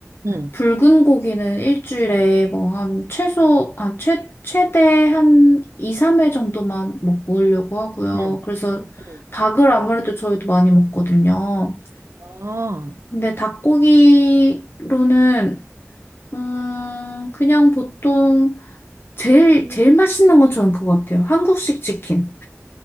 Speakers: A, on the right (about 70°); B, on the left (about 50°).
A: 응,
B: 붉은 고기는 일주일에 뭐 한 최소, 아, 최, 최대 한 2, 3회 정도만 먹으려고 하고요.
A: 응,
B: 그래서
A: 응.
B: 닭을 아무래도 저희도 많이 먹거든요.
A: 아,
B: 근데 닭고기로는, 음, 그냥 보통, 제일,
A: 그-
B: 제일 맛있는 건 저는 그거 같아요. 한국식 치킨.